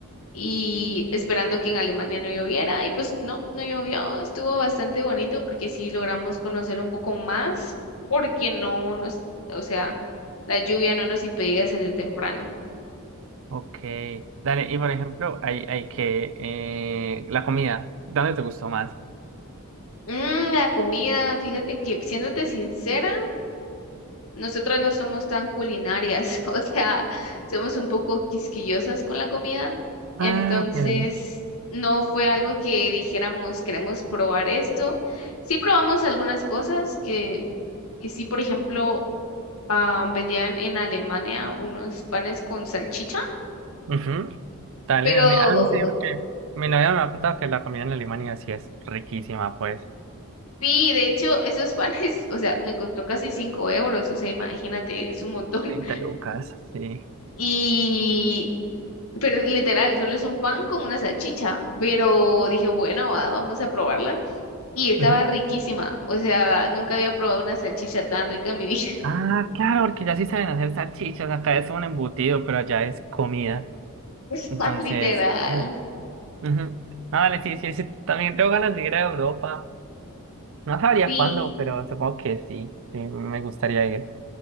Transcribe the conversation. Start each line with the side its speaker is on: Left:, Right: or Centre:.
Left: y esperando que en Alemania no lloviera, y pues no, no llovió, estuvo bastante bonito porque sí logramos conocer un poco más, porque no nos, o sea, la lluvia no nos impedía salir temprano.
Right: ok. Dale, y por ejemplo, hay, hay que... eh, la comida, ¿dónde te gustó más?
Left: Mm, la comida, fíjate que, siéndote sincera, nosotras no somos tan culinarias, <laughs> o sea, somos un poco quisquillosas con la comida, entonces
Right: Ah, pero-
Left: no fue algo que dijéramos queremos probar esto. Sí probamos algunas cosas que, que sí, por ejemplo, ah, vendían en Alemania unos panes con salchicha,
Right: Ujú. Dale,
Left: pero
Right: dale. Ah, no sé, porque mi novia me ha contado que la comida en Alemania sí es riquísima, pues.
Left: sí, de hecho, esos panes, <laughs> o sea, me costó casi cinco euros, o sea, imagínate, es un montón.
Right: 20 lucas, sí.
Left: Y Pero literal, solo es un pan con una salchicha. Pero dije, bueno, va, vamos a probarla. Y estaba
Right: Ujú.
Left: riquísima. O sea, nunca había probado una salchicha tan rica en mi vida.
Right: Ah, claro, porque ya sí saben hacer salchichas. Acá es un embutido, pero allá es comida.
Left: <laughs>
Right: Entonces.
Left: Literal.
Right: uy, Ujú. Ah, Vale, sí, sí, sí. También tengo ganas de ir a Europa. No sabría
Left: Sí.
Right: cuándo, pero supongo que sí, sí, me gustaría ir.